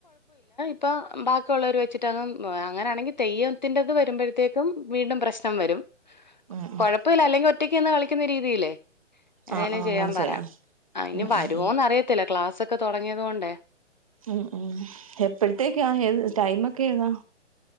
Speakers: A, on the left; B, on the right.
A: ഇപ്പം ഉം ബാക്കിയുള്ളവര് വെച്ചിട്ടങ്ങും ബ് ഏ അങ്ങനാണെങ്കി തെയ്യംത്തിൻ്റത് വരുമ്പഴത്തേക്കും വീണ്ടും പ്രശ്നം വരും
B: ഉം ഉം
A: കൊഴ ഈ ഒറ്റയ്ക്ക്ന്ന് കളിക്കിന്ന രീതിയില്ലേ <unintelligible>
B: ആഹ് ആഹ്
A: ചെയ്യാ
B: അങ്ങനെ ചെയ്യാം
A: പറയാം അയിന്
B: ഉം
A: വരുവോന്ന്
B: ഉം
A: അറിയത്തില്ല ക്ലാസ് ക്കെ തുടങ്ങിയത് കൊണ്ടേ
B: ഉം ഉം എപ്പഴത്തേക്കാ ഏത് ടൈമക്കെ ഏതാ